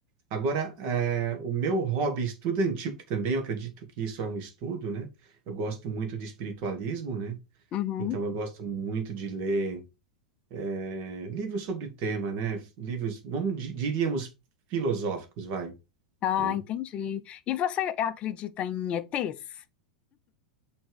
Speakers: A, on the right; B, on the left.
A: Agora, eh, o meu hobby estudantil, que também eu acredito que isso é um estudo, né? Eu gosto muito de espiritualismo, né?
B: Uhum.
A: Então, eu gosto muito de ler eh, livros sobre o tema, né? Livros, vamos, di- diríamos, filosóficos, vai,
B: Ah,
A: né?
B: entendi. E você acredita em ETs?